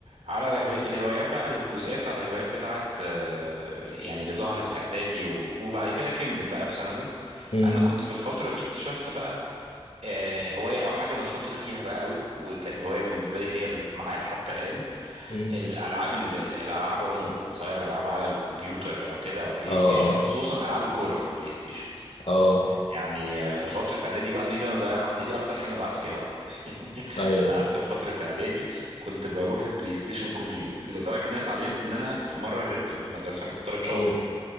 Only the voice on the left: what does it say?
امم
امم
اه
اه
اه
ايوه
أيوة.
اوف